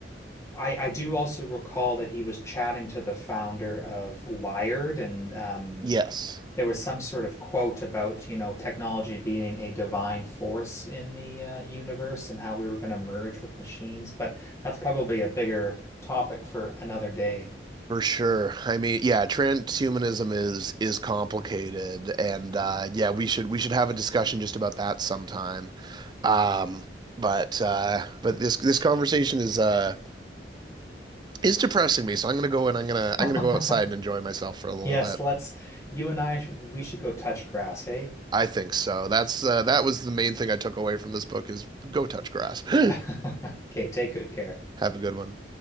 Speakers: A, on the left; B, on the right.
A: I, I do also recall that he was chatting to the founder of Wired and um,
B: Yes.
A: there was some sort of quote about, you know, technology being a divine force in the uh, universe and how we were going to merge with machines, but that's probably a bigger topic for another day.
B: For sure. I mean, yeah, transhumanism is is complicated and uh yeah, we should we should have a discussion just about that sometime. Um but uh but this this conversation is uh is depressing me, so I'm gonna go and I'm gonna
A: <laughs>
B: I'm gonna go outside and enjoy myself for a little
A: Yes,
B: bit.
A: let's, you and I, we should go touch grass, hey?
B: I think so. That's uh that was the main thing I took away from this book is go touch grass. <gasps>
A: <laughs> Okay, take good care.
B: Have a good one.